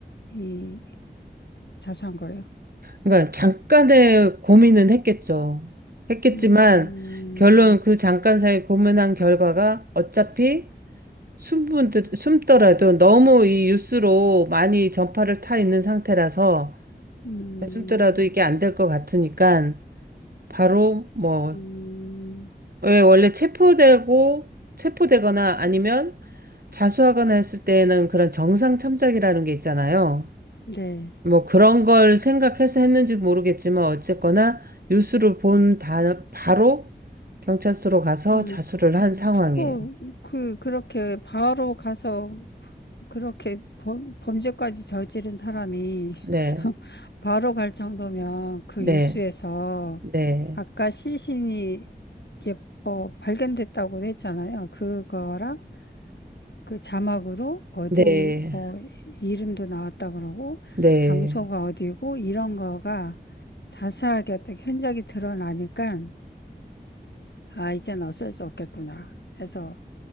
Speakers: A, on the left; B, on the right.
A: 이 자수한 거예요.
B: 그러니까, 잠깐의 고민은 했겠죠. 했겠지만,
A: 음,
B: 결론, 그 잠깐 사이 고민한 결과가 어차피 숨은, 듯- 숨더라도 너무 이 뉴스로 많이 전파를 타 있는 상태라서,
A: 음,
B: 숨더라도 이게 안 될 것 같으니까, 바로 뭐,
A: 음,
B: 왜 원래 체포되고 체포되거나 아니면 자수하거나 했을 때에는 그런 정상 참작이라는 게 있잖아요.
A: 네.
B: 뭐 그런 걸 생각해서 했는지 모르겠지만 어쨌거나 뉴스를 본 다, 바로 경찰서로 가서
A: 아,
B: 자수를 한 상황이에요.
A: 뭐, 그, 그렇게 바로 가서 그렇게 범, 범죄까지 저지른 사람이
B: 네,
A: <laughs> 바로 갈 정도면 그
B: 네,
A: 뉴스에서
B: 네,
A: 아까 시신이 이게 뭐 발견됐다고 했잖아요. 그거랑 그 자막으로 어디
B: 네,
A: 뭐 이름도 나왔다 그러고
B: 네.
A: 장소가 어디고 이런 거가 자세하게 어떻게 흔적이 드러나니까 아, 이젠 어쩔 수 없겠구나 해서